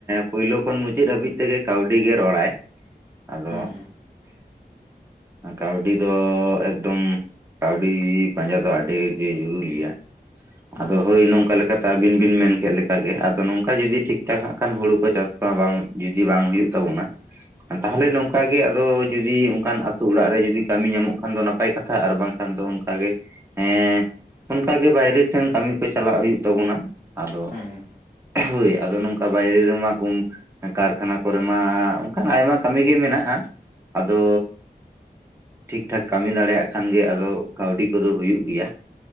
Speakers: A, on the right; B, on the left.
A: ᱯᱳᱭᱞᱳ ᱠᱷᱚᱱ ᱢᱩᱪᱟᱹᱫ ᱦᱟᱹᱵᱤᱡ ᱛᱮᱜᱮ ᱠᱟᱹᱣᱰᱤ ᱜᱮ ᱨᱚᱲᱟᱭ᱾ ᱟᱫᱚ
B: ᱦᱮᱸ
A: ᱠᱟᱹᱣᱰᱤ ᱫᱚ ᱮᱠᱫᱚᱢ ᱠᱟᱹᱣᱰᱤ ᱯᱟᱸᱡᱟ ᱫᱚ ᱟᱹᱰᱤ ᱜᱮ ᱡᱚᱨᱩᱜᱤᱭᱟ
B: ᱦᱮᱸ
A: ᱟᱫᱚ ᱦᱳᱭ ᱱᱚᱝᱠᱟ ᱞᱮᱠᱟᱛᱮ ᱟᱵᱤᱱ ᱵᱤᱱ ᱢᱮᱱ ᱠᱮᱫ ᱞᱮᱠᱟᱜᱮ ᱟᱫᱚ ᱱᱚᱝᱠᱟ ᱡᱩᱫᱤ ᱴᱷᱤᱠ ᱴᱷᱟᱠ ᱦᱟᱸᱜ ᱠᱷᱟᱱ ᱦᱩᱲᱩ ᱠᱚ ᱪᱟᱥ ᱵᱟ ᱵᱟᱝ ᱡᱩᱫᱤ ᱵᱟᱝ ᱦᱩᱭᱩᱜ ᱛᱟᱵᱚᱱᱟ ᱛᱟᱦᱞᱮ
B: ᱦᱮᱸ
A: ᱱᱚᱝᱠᱟ ᱜᱮ ᱟᱫᱚ ᱡᱩᱫᱤ ᱚᱝᱠᱟᱱ ᱛᱩ ᱚᱲᱟᱜ ᱨᱮ ᱡᱚᱫᱤ ᱠᱟᱹᱢᱤ ᱧᱟ ᱟᱨᱢᱚᱜ ᱠᱷᱟᱱ ᱫᱚ ᱱᱟᱯᱟᱭ ᱠᱟᱛᱷᱟ ᱟᱨ ᱵᱟᱝᱠᱷᱟᱱ ᱫᱚ ᱚᱱᱠᱟ ᱜᱮ ᱮᱸ ᱚᱱᱠᱟᱜᱮ ᱵᱟᱭᱨᱮ ᱥᱮᱱ ᱠᱟᱹᱢᱤ ᱠᱚ ᱪᱟᱞᱟᱜ ᱦᱩᱭᱩᱜ ᱛᱟᱵᱚᱱᱟ ᱟᱫᱚ
B: ᱦᱮᱸ
A: ᱦᱳᱭ ᱟᱫᱚ ᱱᱚᱝᱠᱟ ᱵᱟᱭᱨᱮ ᱨᱮᱢᱟ ᱠᱳᱢ ᱠᱟᱨᱠᱷᱟᱱᱟ ᱠᱚᱨᱮ ᱢᱟ ᱚᱝᱠᱱᱟᱜ ᱟᱭᱢᱟ ᱠᱟᱹᱢᱤᱜᱮ ᱢᱮᱱᱟᱜ-ᱟ ᱟᱫᱚ ᱴᱷᱤᱠ ᱴᱷᱟᱠ ᱠᱟᱹᱢᱤ ᱫᱟᱲᱮᱭᱟᱜ ᱠᱷᱟᱱᱜᱮ ᱟᱫᱚ ᱠᱟᱹᱣᱰᱤ ᱠᱚᱫᱚ ᱦᱩᱭᱩᱜ ᱜᱮᱭᱟ